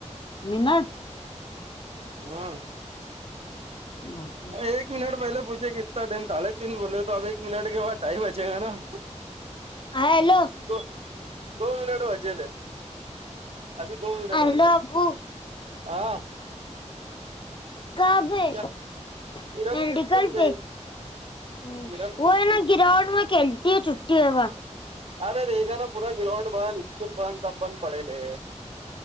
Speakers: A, on the left; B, on the right.
A: मिनट.
B: हम.
A: बाप रे
B: एक मिनिट पहिले पुचे किता टम ले तीन बोले हो टॅब एक मनट के बाद डाई बचेग ना.
A: हा हॅलो.
B: दो दोन मिनिट भाजले अभी दोन मिनिट
A: हेलो
B: भाज
A: अबू
B: आ.
A: काहा पे
B: क्या इरम
A: मेडिकल
B: के स्कूल
A: पे.
B: में
A: हम्म
B: इरम के
A: व आहे
B: स्कूल
A: ना
B: में
A: गि्रउंड म खेलती ह छुट्टी बा.
B: अरे रेग ना पूरा ग्राउंड बंद इस्कूल बंद सब बंद पडेले आहे